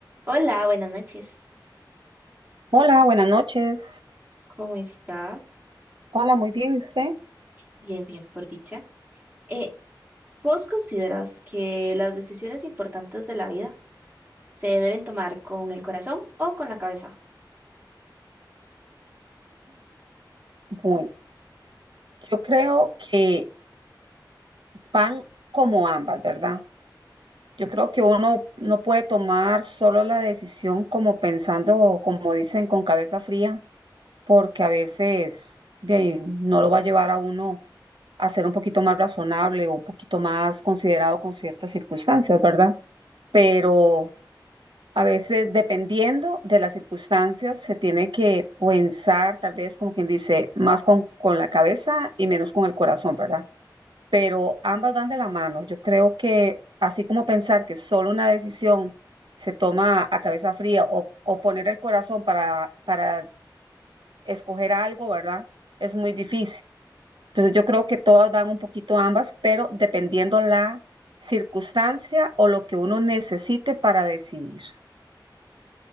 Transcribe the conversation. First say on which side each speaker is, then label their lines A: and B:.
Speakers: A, on the right; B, on the right.
A: Hola, buenas noches.
B: Hola, buenas noches.
A: ¿Cómo estás?
B: Hola, muy bien, ¿y usted?
A: Bien, bien, por dicha. Eh, ¿vos consideras que las decisiones importantes de la vida se deben tomar con el corazón o con la cabeza?
B: Bueno, yo creo que van como ambas, ¿verdad? Yo creo que uno no puede tomar solo la decisión como pensando o como dicen con cabeza fría, porque a veces bien, no lo va a llevar a uno a ser un poquito más razonable o un poquito más considerado con ciertas circunstancias, ¿verdad? Pero A veces, dependiendo de las circunstancias, se tiene que pensar, tal vez como quien dice, más con, con la cabeza y menos con el corazón, ¿verdad? Pero ambas van de la mano. Yo creo que así como pensar que solo una decisión se toma a cabeza fría o, o poner el corazón para, para escoger algo, ¿verdad? Es muy difícil. Entonces yo creo que todas van un poquito ambas, pero dependiendo la circunstancia o lo que uno necesite para decidir.